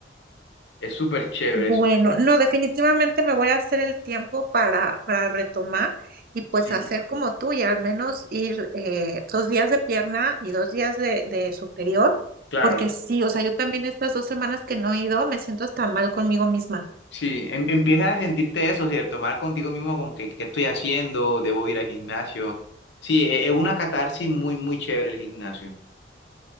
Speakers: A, on the left; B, on the right.
A: Es súper chévere.
B: Bueno,
A: es súper-
B: no, definitivamente me voy a hacer el tiempo para, para retomar y pues
A: sí,
B: hacer como tú y al menos ir eh, dos días de pierna y dos días de, de superior,
A: claro.
B: porque sí, o sea, yo también estas dos semanas que no he ido me siento hasta mal conmigo misma.
A: Sí, em- empiezas a sentirte eso, ¿cierto? Mal contigo mismo, como que, ¿qué estoy haciendo? ¿Debo ir al gimnasio? Sí, e- es una catarsis muy, muy chévere el gimnasio.